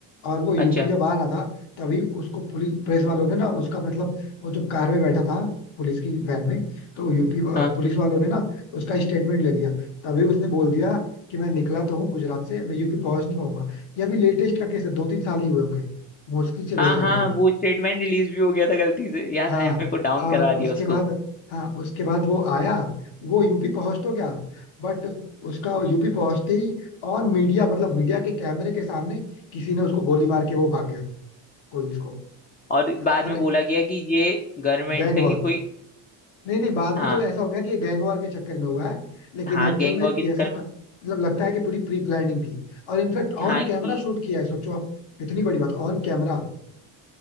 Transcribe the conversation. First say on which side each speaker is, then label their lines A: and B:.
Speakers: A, on the left; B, on the left.
A: और वो यूपी
B: अच्छा
A: जब आ रहा था तभी उसको पुलिस प्रेस वालों ने ना उसका मतलब वो जो कार में बैठा था पुलिस की वैन में तो वो यूपी अ,
B: हाँ
A: पुलिस वालों ने ना उसका स्टेटमेंट ले लिया तभी उसने बोल दिया कि मैं निकला तो हूँ गुजरात से मैं यूपी पहुंच नहीं पाऊंगा ये अभी लेटेस्ट का केस है दो तीन साल ही हुए होंगे मुश्किल से दो
B: हाँ
A: साल
B: हाँ
A: हुआ होगा
B: वो स्टेटमेंट रिलीज भी हो गया था गलती से याद
A: हाँ
B: आया मेरे को डाउन
A: और
B: करवा दिया
A: उसके
B: उसको
A: बाद हाँ उसके बाद वो आया वो यूपी पहुंच तो गया बट उसका यूपी पहुंचते ही ऑन मीडिया मतलब मीडिया के कैमरे के सामने किसी ने उसको गोली मार के वो भाग गया कोई उसको
B: और बाद
A: और
B: में बोला गया कि ये गवर्नमेंट
A: गैंग
B: का
A: वॉर
B: ही कोई
A: नहीं नहीं बाद
B: हाँ
A: में तो ऐसा हो गया कि ये गैंग वॉर के चक्कर में हुआ है लेकिन
B: हाँ
A: एक्चुअल
B: गैंग
A: में
B: वॉर के
A: ये
B: चक्कर
A: ऐसा
B: में
A: था मतलब लगता है कि पूरी प्री प्लानिंग थी और इनफैक्ट
B: हाँ
A: ऑन
B: कि
A: कैमरा शूट किया है सोचो आप इतनी बड़ी बात ऑन कैमरा